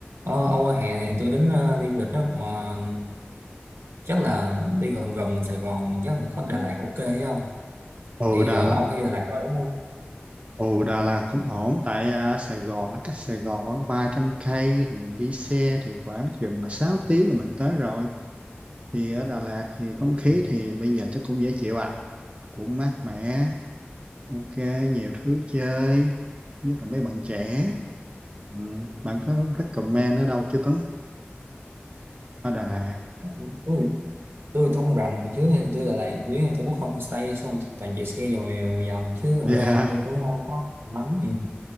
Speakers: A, on the right; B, on the right.
A: Ờ, Âu hè này tôi đến ờ, đi du lịch đó mà chắc là đi gần gần Sài Gòn chắc là có Đà Lạt ok ấy không?
B: ừ
A: Thì
B: Đà
A: ờ,
B: Lạt
A: ông hay đi Đà Lạt rồi đúng không?
B: ừ Đà Lạt cũng ổn tại à, Sài Gòn nó cách Sài Gòn khoảng 300 cây thì mình đi xe thì khoảng chừng 6 tiếng là mình tới rồi thì ở Đà Lạt thì không khí
A: Ừ.
B: thì bây giờ chắc cũng dễ chịu ạ à. cũng mát mẻ ok nhiều thứ chơi nhất là mấy bạn trẻ ừ. bạn có recommend
A: ừ.
B: ở đâu chưa Tuấn ở Đà Lạt
A: Tôi thì- tôi thì tôi không rành hồi trước thì tôi Đà Lạt chủ yếu là tôi book homestay xong tôi toàn chạy xe vòng vòng chứ thực
B: yeah.
A: ra tôi cũng không có lắm. Ừ.